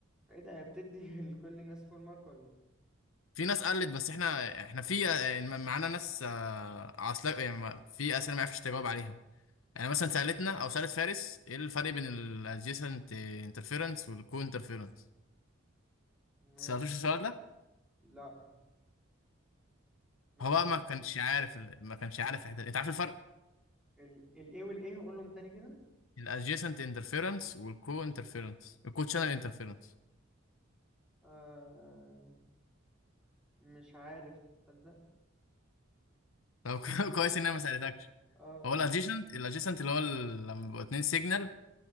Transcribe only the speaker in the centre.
ايه ده هي بتدي <laughs> لكل الناس فول مارك ولا ايه
ماشي
لا ما
سألتش
ال الايه والايه قولهم تاني كده
آه مش عارف تصدق
الكو
اه